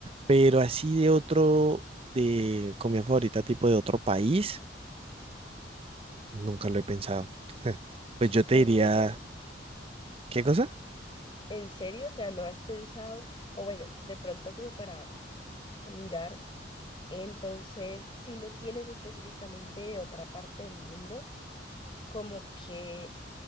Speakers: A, on the right; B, on the left.
A: pero así de otro, de comida favorita tipo de otro país, nunca lo he pensado. <laughs> Pues yo te
B: ¿En
A: diría,
B: serio?
A: ¿qué cosa?
B: ¿En serio? O sea, ¿no has pensado? O bueno, de pronto como para mirar, entonces, si no tienes específicamente de otra parte del mundo, como que,